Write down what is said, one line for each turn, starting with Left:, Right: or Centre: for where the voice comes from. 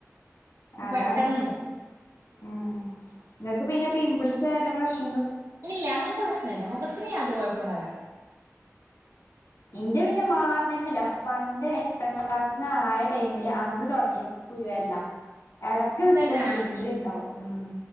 Left: അതാണെ
Right: പെട്ടെന്നുണ്ട്
Left: ഉം ഇങ്ങക്ക് പിന്നെ പിമ്പിൾസ് വര്ന പ്രശ്
Right: ഇല്ല അങ്ങൻത്തെ പ്രശ്നല്ല മുഖത്തിന് യാത്ര കുഴപ്പൂണ്ടാവൂല്ല.
Left: ഇന്റെ പിന്നെ മാറ്ണെന്നല്ല. പണ്ട് എട്ടാം ക്ലാസ് ന്ന് ആയ ടൈമില് അന്ന് തൊടങ്ങിയ കുരു വരലാ എടക്ക് നിക്കും
Right: തന്നാ
Left: പിന്നീ ണ്ടാവും ഊം